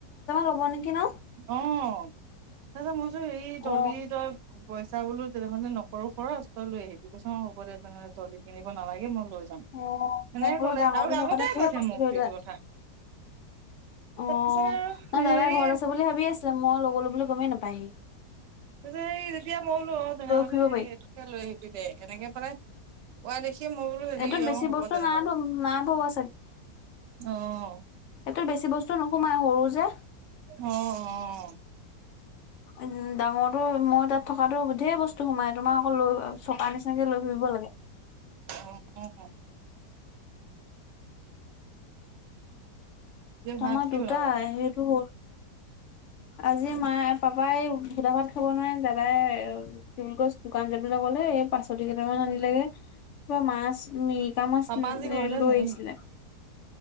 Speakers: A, on the left (about 75°); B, on the right (about 80°).
A: হ'ব নেকি ন?
B: অহ তাৰপিছত মই কৈছো হেৰি ট্ৰলী
A: অ
B: তই পইচা বোলোঁ তেনেহলে নকৰো খৰছ। তই লৈ আহিবি কৈছোঁ মই হ'ব দে তেনেহলে তহতে কিনিব নালাগে মই লৈ যাম।
A: অহ
B: এনেকে
A: মই বুলো
B: ক'লে
A: ডাঙৰ
B: আৰু
A: টো থকাতে
B: আগতে কৈছে
A: কষ্ট
B: মোক
A: দিয়ে।
B: এইটো কথা
A: অহ
B: তাৰপিছত আৰু
A: নাই
B: হেৰি
A: দাদাই ঘৰত আছে বুলি ভাবি আছিলে মই লয় গলো বুলি গমেই নাপায় সি।
B: ত স যেতিয়া মই বোলো তেনেহ'লেকে
A: ফুৰিব পাৰি
B: লৈ আহিবি দে এনেকে মানে কোৱা দেখি মই বোলো হেৰি
A: এইটোত বেছি
B: আহ হ'ব
A: বস্তু
B: তেনেহলে
A: নাই নাই ভৰোৱা
B: আহ।
A: সেইটোত বেছি বস্তু নোসোমাই সৰু যে।
B: অহ অহ।
A: উম ডাঙৰটো মই তাত থকাটো ঢেৰ বস্তু সোমাই। তোমাৰ আকৌ লৈ চকাৰ নিচিনাকে লৈ ফুৰিব লাগে।
B: <inaudible> যে
A: তোমাৰ
B: ভাত কি
A: দুটা
B: বনাবা
A: সেইটো হ'ল আজি মায়ে পাপাই সুধা ভাত খাব নোৱাৰে দাদাই কি বুলি কয় দোকান যাবলৈ ক'লে এই পাচলি কেইটামান আনিলেগে মাছ মিট মিছা মাছ
B: পাপা আজি ঘৰতে
A: লৈ
B: আছে
A: আহিছিলে।
B: নেকি